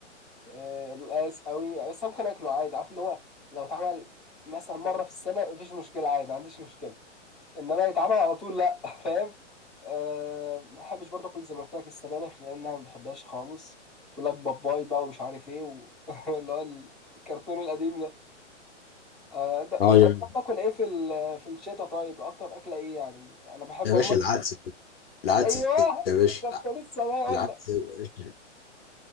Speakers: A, in the centre; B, on the left.
A: آه، القلقاس قوي بس أنا ممكن اكله عادي عارف اللي هو لو اتعمل مثلا مره في السنه مفيش مشكله عادي ما عنديش مشكله انما يتعمل على طول لا <laughs> فاهم أه ما بحبش برضه كل زي ما قلت لك السبانخ لانها ما بحبهاش خالص يقول لك باباي بقى ومش عارف ايه و- <laughs> اللي هو الكرتون القديم ده أه انت انت
B: اه يا
A: بتحب تاكل ايه في ال- في الشتاء طيب اكتر اكله ايه يعني انا بحب
B: يا
A: عموما
B: باشا العدس العدس
A: ايوه
B: يا باشا
A: ده كنت لسه بقى اقول
B: العدس
A: لك
B: يا باشا